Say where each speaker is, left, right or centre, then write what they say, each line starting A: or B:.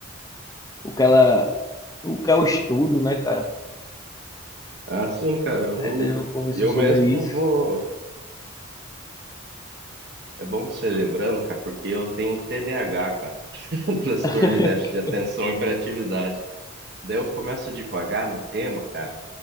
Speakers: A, on the left; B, on the right.
A: o que ela, o que é o estudo, né, cara?
B: ah, cara, eu,
A: A gente ainda não conversou
B: eu
A: sobre
B: mesmo
A: isso.
B: vou. É bom você lembrando, cara, porque eu tenho TDAH, cara, <laughs> transtorno
A: <laughs>
B: de déficit de atenção e hiperatividade. Daí eu começo a divagar no tema, cara.